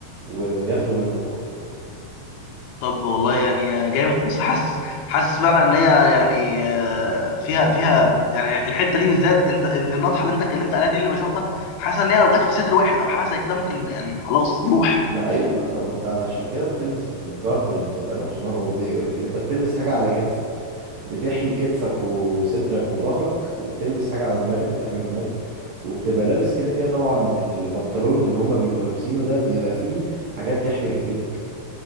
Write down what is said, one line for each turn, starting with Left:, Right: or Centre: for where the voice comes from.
Right: و... وياخدوا منه الكوره
Left: طب والله يعني جامد بس حاسس حاسس فعلا ان هي يعني آه، فيها فيها يعني الحته دي بالذات انت ال- النطحه اللي انت اتكلمت عليها دي اللي بشوفها حاسس ان هي لو جت في صدر واحد او حاجه زي كده ممكن يعني خلاص يروح
Right: ما ايوه ما طب ما انت علشان كده بتلبس الجارد اللي بتبقى لابسه ما هو بي... انت بتلبس حاجه على كتفك بتحمي كتفك وصدرك وظهرك وبتلبس حاجه على دماغك تحمي دماغك وبتبقى لابس كده كده طبعا البنطلون اللي هما بيبقوا لابسينه ده بيبقى فيه حاجات تحمي رجليك